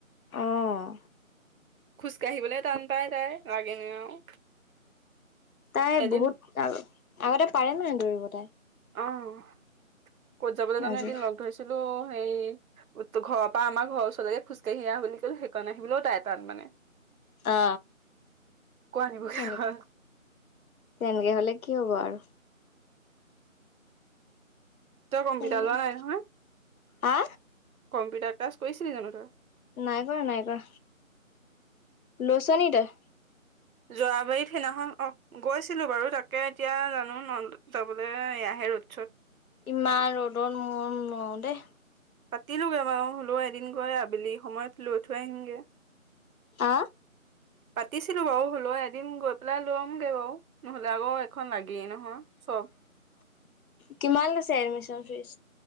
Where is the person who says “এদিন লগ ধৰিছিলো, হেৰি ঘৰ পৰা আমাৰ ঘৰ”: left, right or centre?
Right